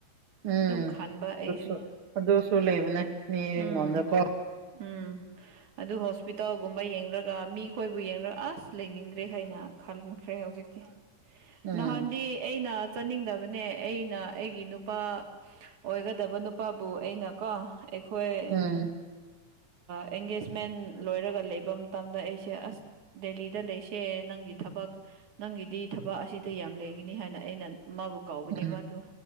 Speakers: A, on the right; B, on the right.
A: ꯎꯝ
B: ꯑꯗꯨꯝ ꯈꯟꯕ ꯑꯩꯁꯦ
A: ꯑꯗꯨꯁꯨ ꯑꯗꯨꯁꯨ ꯂꯩꯕꯅꯦ ꯃꯤꯉꯣꯟꯗꯀꯣ
B: ꯎꯝ ꯎꯝ ꯑꯗꯨ ꯍꯣꯁꯄꯤꯇꯥꯜꯒꯨꯝꯕ ꯌꯦꯡꯔꯒ ꯃꯤꯈꯣꯏꯕꯨ ꯌꯦꯡꯔꯒ ꯑꯁ ꯂꯩꯅꯤꯡꯗ꯭ꯔꯦ ꯍꯥꯏꯅ꯫ ꯈꯟꯈ꯭ꯔꯦ ꯍꯧꯖꯤꯛꯇꯤ
A: ꯎꯝ
B: ꯅꯍꯥꯟꯗꯤ ꯑꯩꯅ꯫ ꯆꯠꯅꯤꯡꯗꯕꯅꯦ ꯑꯩꯅ ꯑꯩꯒꯤ ꯅꯨꯄꯥ ꯑꯣꯏꯒꯗꯕ ꯅꯨꯄꯥꯕꯨ ꯑꯩꯅ ꯀꯣ꯫ ꯑꯩꯈꯣꯏ꯫
A: ꯎꯝ
B: ꯑꯦꯡꯒꯦꯖꯃꯦꯟ ꯂꯣꯏꯔꯒ ꯂꯩꯕ ꯃꯇꯝꯗ ꯑꯩꯁꯦ ꯑꯁ꫰꫰ ꯗꯦꯂꯤꯗ ꯂꯩꯁꯦ ꯅꯪꯒꯤ ꯊꯕꯛ ꯅꯪꯒꯤꯗꯤ ꯊꯕꯛ ꯑꯁꯤ꯫ ꯑꯇꯩ ꯌꯥꯝ ꯂꯩꯒꯅꯤ ꯍꯥꯏꯅ ꯑꯩꯅ ꯃꯥꯕꯨ ꯀꯥꯎꯒꯅꯦꯕ
A: ꯎꯝ
B: ꯑꯗꯨ